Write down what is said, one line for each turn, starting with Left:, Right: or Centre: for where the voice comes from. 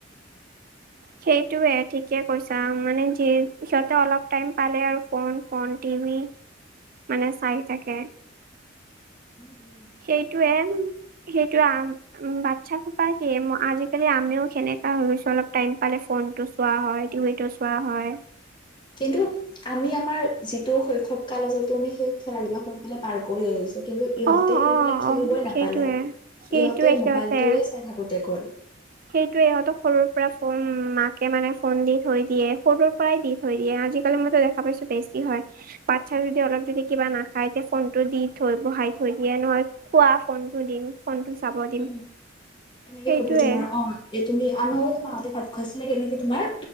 Left: <inaudible>
Right: সেইটোৱে ঠিকে কৈছা মানে যি সিহঁতে অলপ টাইম পালে আৰু ফোন-ফোন টিভি, মানে চাই থাকে।
Left: <unintelligible>
Right: সেইটোৱে। সেইটোৱে বাচ্ছা সোপা কি, আজিকালি আমিও সেনেকা হৈ গৈছো অলপ টাইম পালে ফোনটো চোৱা হয়,
Left: অ',
Right: টিভিটো চোৱা
Left: উম
Right: হয়।
Left: উম। কিন্তু আমি আমাৰ যিটো শৈশৱকাল আছিলটো আমি সেই খেলাধূলা বিলাক কৰি পেলাই পাৰ কৰি আহিছো। কিন্তু ইহঁতে
Right: অ
Left: সেইবিলাক
Right: অ
Left: খেলিবই
Right: অ
Left: নাপালে,
Right: সেইটোৱে সেইটোৱে
Left: ইহঁতে মোবাইলটোৱে
Right: সিহঁতে
Left: চাই থাকোতে গ'ল।
Right: সেইটোৱে ইহঁতক সৰুৰ পৰা ফোন মাকে মানে ফোন দি থৈ দিয়ে, সৰুৰ পৰাই দি থৈ দিয়ে আজিকালি মইতো দেখা পাইছো বেছি হয়, বাচ্ছা যদি অলপ যদি কিবা নাখায় তেতিয়া ফোনটো দি থৈ বহাই
Left: অ',
Right: থৈ
Left: অ',
Right: দিয়ে নহয় খোৱা ফোনটো দিম। ফোনটো চাব দিম
Left: উম, এনেকে
Right: সেইটোৱে
Left: কব তোমাৰ অ, এ তুমি আমাৰো মাহঁতে ভাত খুৱাইছিলে কেনেকে তোমাৰ,